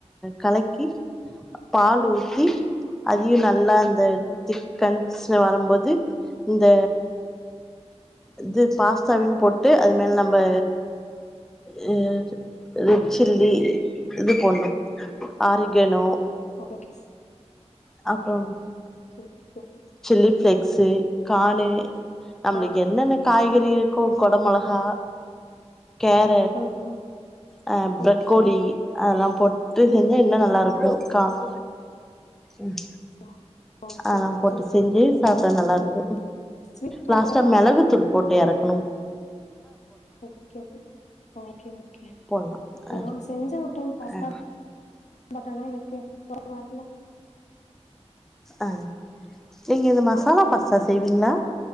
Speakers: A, in the centre; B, on the left.
A: கலக்கி பால்
B: ம்
A: ஊத்தி அதியு
B: ம்
A: நல்லா அந்த திக்கன்சு வரும்போது இந்த இது பாஸ்தாவையு போட்டு அது மேல நம்ம ஹ ரெட் சில்லி இது போண்ணும் ஆரி கெனு
B: ளக்ஸ்
A: அப்புற
B: ஓகே
A: சில்லி ஃப்ளெக்ஸு கானு நம்மளுக்கு
B: ஆ
A: என்னென்ன காய்கறி இருக்கு
B: ம்
A: கொட மொளகா கேரட்
B: ஆ ஆ
A: ஹ பிரக்கோலி
B: ஓகே
A: அதெல்லாம் போட்டு
B: ம்
A: செஞ்சா இன்னு நல்லாருக்கு காம் ம்
B: ஆ ஓகே
A: அதெல்லாம்
B: ஓகே
A: போட்டு செஞ்சு சாப்ட்டா நல்லாருக்கு
B: ம் ஸ்வீட் கார்ன்
A: லாஸ்ட்டா
B: கூட
A: மெளகுத்தூள் போட்டு எறக் னும்
B: ஓக்கே ஓகே ஓகே ஓகே
A: போட்லா
B: நா
A: அ
B: செஞ்சே ஒர் டைம் பாஸ்தா
A: அ
B: பட் ஆனா எனக்கு <inaudible> வர்ல
A: ஆ நீங்க இந்த மசாலா பசஸ் செய்வீங்ளா